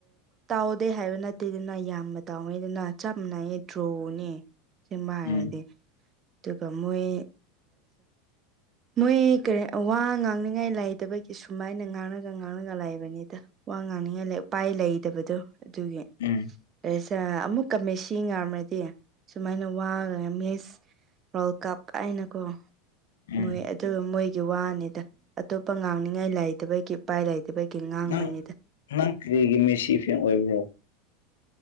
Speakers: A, on the right (about 30°); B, on the left (about 65°).
A: ꯇꯥꯎꯗꯦ ꯍꯥꯏꯕ ꯅꯠꯇꯦꯗꯅ ꯌꯥꯝꯅ ꯇꯥꯎꯅꯩꯗꯅ ꯆꯞ ꯃꯥꯟꯅꯩ ꯇ꯭ꯔꯣꯅꯤ ꯁꯤꯃ ꯍꯥꯏꯔꯗꯤ
B: ꯎꯝ
A: ꯑꯗꯨꯒ ꯃꯣꯏ ꯃꯣꯏ ꯀꯔꯤ ꯋꯥ ꯉꯥꯡꯅꯤꯡꯉꯥꯏ ꯂꯩꯇꯕꯒꯤ ꯁꯨꯃꯥꯏꯅ ꯉꯥꯡꯔꯒ ꯉꯥꯡꯔꯒ ꯂꯩꯕꯅꯤꯗ ꯋꯥ ꯉꯥꯡꯅꯤꯡꯉꯥꯏꯂꯩ ꯎꯄꯥꯏ ꯂꯩꯗꯕꯗꫭ ꯑꯗꯨꯒꯤ
B: ꯎꯝ
A: ꯑꯦꯁꯥ ꯑꯃꯨꯛ ꯃꯦꯁꯤꯡ ꯌꯥꯝꯃꯗꯤ ꯁꯨꯃꯥꯏꯅ ꯋꯥꯉꯒ ꯃꯤꯁ ꯋꯥꯔꯜ ꯀꯞ ꯍꯥꯏꯅꯀꯣ
B: ꯎꯝ
A: ꯃꯣꯏ ꯑꯗꯨ ꯃꯣꯏ ꯒꯤ ꯋꯥꯅꯤꯗ ꯑꯇꯣꯞꯄ ꯉꯥꯡꯅꯤꯡꯉꯥꯏ ꯂꯩꯇꯕꯒꯤ ꯎꯄꯥꯏ ꯂꯩꯇꯕꯩꯒꯤ ꯉꯥꯡꯕꯅꯤꯗ
B: ꯅꯪ ꯅꯪ ꯀꯔꯤꯒꯤ ꯃꯦꯁꯤ ꯐꯦꯟ ꯑꯣꯏꯕ꯭ꯔꯣ